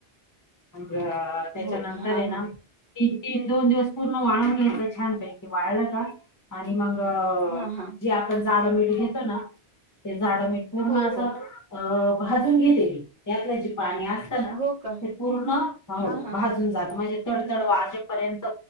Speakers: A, on the left; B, on the right.
A: मग त्याच्यानंतर
B: हो का हा
A: ये ना
B: हा
A: ती ती दोन दिवस पूर्ण वाळून घ्यायच छानपैकी वाळलं का आणि मग
B: हा हा
A: जे आपण जाडं मीठ घेतो ना ते जाड मीठ पूर्ण
B: हो
A: अस
B: हो
A: अ भाजून घेते मी त्यातलं जे पाणी अस त ना
B: हो का
A: ते पूर्ण हो
B: हा हा
A: भाजून जात म्हणजे तड तड वाजेपर्यंत